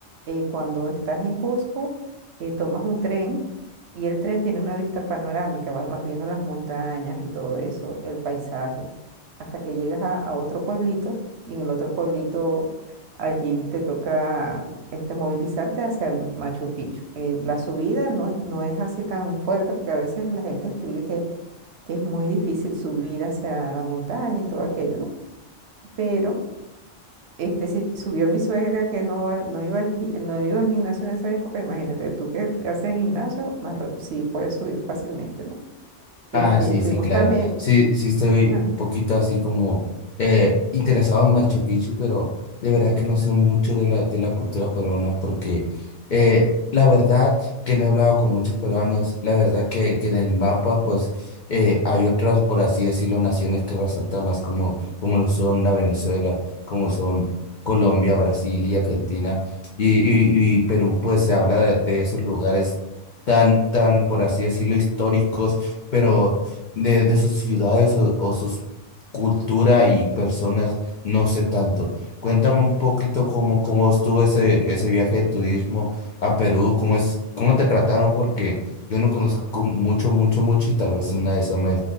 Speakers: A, on the right (about 65°); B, on the left (about 55°).
A: eh, cuando estás en Cusco, eh, tomas un tren y el tren tiene una vista panorámica, vas, vas viendo las montañas y todo eso, el paisaje, hasta que llegas a, a otro pueblito y en el otro pueblito allí te toca este, movilizarte hacia Machu Picchu. Eh, la subida no es, no es así tan fuerte porque a veces la gente escribe que que es muy difícil subir hacia la montaña y todo aquello, ¿no? Pero este, si subió mi suegra que no, va al- no, iba al, gi- no iba al gimnasio en esa época, imagínate, tú que haces gimnasio, más, ra- sí puedes subir fácilmente, ¿no? Este,
B: Ah, sí,
A: fuimos
B: sí, claro.
A: también.
B: Sí, sí estoy
A: ajá.
B: un poquito así como eh, interesado en Machu Picchu, pero de verdad que no sé mucho de la, de la cultura peruana porque eh, la verdad que no he hablado con muchos peruanos, la verdad que, que en el mapa pues eh, hay otras, por así decirlo, naciones que resaltan más como, como lo son la Venezuela, como son Colombia, Brasil y Argentina. Y, y, y Perú pues se habla de de esos lugares tan, tan, por así decirlo, históricos pero de, de sus ciudades o, o sus cultura y personas no sé tanto. Cuéntame un poquito cómo, cómo estuvo ese, ese viaje de turismo a Perú, cómo es, cómo te trataron, porque yo no conozco mucho, mucho, mucho y tal vez en una de esas me